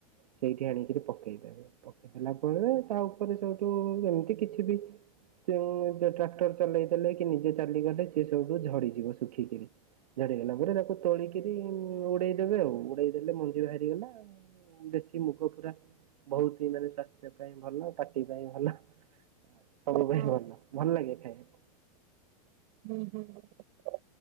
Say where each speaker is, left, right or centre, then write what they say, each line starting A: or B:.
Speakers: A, on the right; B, on the right.
A: ସେଇଠି ଆଣିକିରି ପକେଇଦେବେ ପକେଇଦଲା ପରେ ତା ଉପରେ ସୋଉଠୁ ଏମିତି କିଛି ବି। ଟ୍ରାକ୍ଟର ଚଲେଇ ଦେଲେ କି ନିଜେ ଚାଲିଗଲେ ସ ସବୁଠୁ ଝଡିଯିବ ଶୁଖିକିରି। ଝଡିଗଲା ପରେ ତାକୁ ତୋଳିକିରି ଉଡେଇଦେବେ ଆଉ। ଉଡେଇଦେଲେ ମଞ୍ଜି ବାହାରି ଗଲାଉ। ଦେଶୀ ମୁଗ ପୁରା। ବହୁତ ହିଁ ମାନେ ସ୍ଵାସ୍ଥ୍ୟ ପାଇଁ ଭଲ ପାଟି ପାଇଁ ଭଲ ଆ। ସବୁ ପାଇଁ
B: ହଁ
A: ଭଲ। ଭଲ ଲାଗେ ଖାଇବାକୁ।
B: ହୁଁ ହୁଁ।